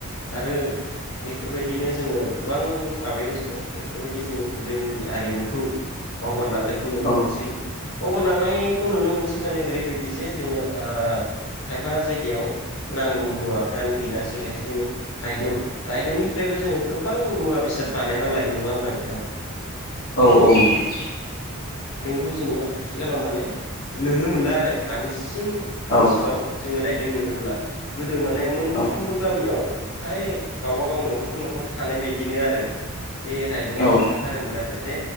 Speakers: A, on the left; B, on the left.
A: आरो एफोरबायदिनो जोङो गोबां माबायाव जोङो बेफोरबायदि जोङो गोदोनि आरिमुखौ बावगारलांनायखौ नुनो
B: औ
A: मोनसै बावरलांनायखौ नुनो मोनसै माने ओरैबायदि जे जोङो ओ खायफा जायगायाव नांगौ मुवाफ्रानो गैला जेरैहाय जोङो रायदं रायदंनिफ्रायबो जोङो गोबां मुवा बेसाद सार्ट बानायना लायो नङामोन नोंथां
B: औ औ नोंथां
A: जो आथिखालाव मा नुनो मोनला आरो बांसिन
B: औ
A: ओनसोलाव जोङो राय दों नुनो मोनला गोदो माने मोनफ्रोमबो
B: औ
A: गामियाव फ्राय गावबागाव न'खर न'खर थानाय बेदिनो आरो जे रायदोङा
B: औ
A: थाखाथारोमोन आरो जे